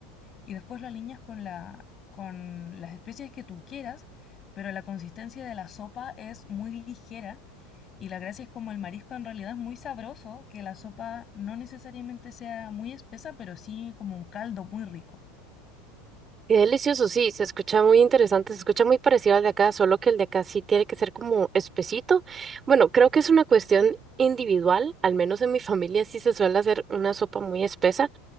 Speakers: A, on the left; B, on the right.
A: y después lo alineas con, la, con las especies que tú quieras, pero la consistencia de la sopa es muy ligera y la gracia es como el marisco en realidad es muy sabroso, que la sopa no necesariamente sea muy espesa, pero sí como un caldo muy rico.
B: Qué delicioso, sí, se escucha muy interesante, se escucha muy parecido al de acá, solo que el de acá sí tiene que ser como espesito. Bueno, creo que es una cuestión individual, al menos en mi <laughs> familia sí se suele hacer una sopa muy espesa.